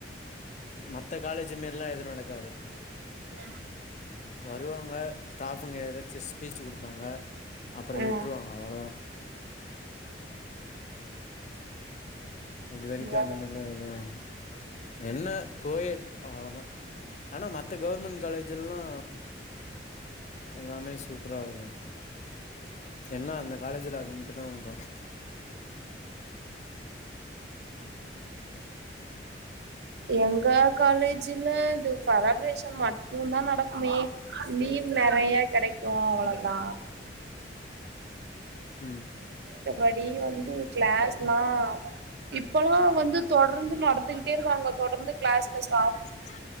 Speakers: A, on the left; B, on the right.
A: மத்த காலேஜி மேர்ல்லா எது நடக்காது
B: யா
A: வருவாங்க ஸ்டாஃபுங்க எதாச்சு ஸ்பீச்சு குடுப்பாங்க அப்பற
B: ம்
A: விட்ருவாங்க அவ்ளதா இது வெரிக்கு
B: ம்
A: அந்தமேர்ல்லா எதவும் என்ன கோயெட் அவ்ளதா ஆனா மத்த கவுர்மெண் காலேஜ்ல்லா எல்லாமே சூப்பரா இருக்கும் என்ன அந்த காலேஜுல அது மட்டுந்தா ஒன்னு கொற
B: எங்க காலேஜில இது செலப்ரேஷன் மட் டுந்தா நடக்குமே லீவ் நெறைய கெடைக்கு அவ்வளதா
A: ம்
B: மத்தபடி வந்து க்ளாஸ்லா இப் பல்லா வந்து தொடர்ந்து நடத்துகிட்டே இருக்காங்க தொடர்ந்து கிளாஸ்ல ஸ்டா
A: ஆ